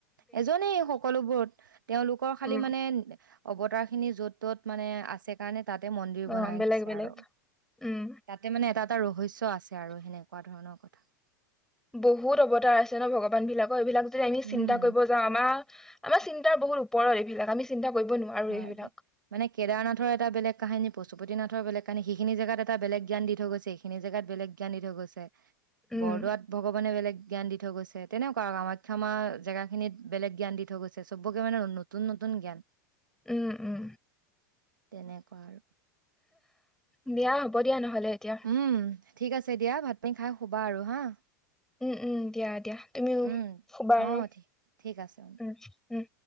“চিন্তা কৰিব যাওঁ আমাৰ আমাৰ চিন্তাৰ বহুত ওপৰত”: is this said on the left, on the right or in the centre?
Centre